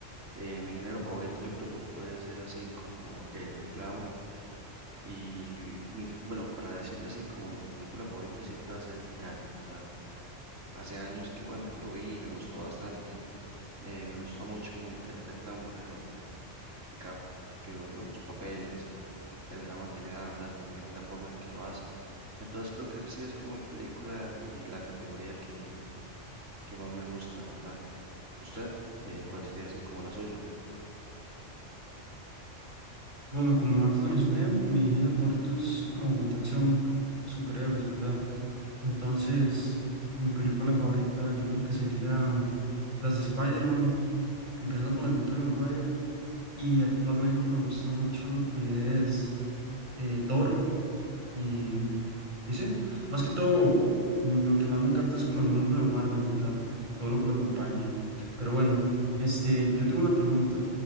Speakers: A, on the right; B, on the right.
A: eh, mi género favorito yo creo que puede ser así como el drama. Y mis, bueno, para decirlo así, como mi película favorita siempre va a ser el Titanic, ¿verdad? Hace años que bueno, que lo vi y me gustó bastante. Eh, me gustó mucho cómo interpretan, bueno, eh, eh, DiCaprio, los papeles y el drama que le da, ¿verdad? También la forma en que lo hace. Entonces creo que esa sí es como mi película y la categoría que, que más me gusta, ¿verdad? ¿Usted, eh, cuál sería así como la suya?
B: Bueno, como antes lo mencioné, mi género favorito es como de acción, superhéroes, ¿verdad? Entonces, mi película favorita yo creo que serían las de Spider-Man, empezando con las de Tobey Maguire, y actualmente me gusta mucho lo que es eh, Thor, y, y sí, más que todo, mm, lo que más me encanta es como el mundo de Marvel, ¿verdad? Todo lo que lo acompaña. Pero bueno, este, yo tengo una pregunta.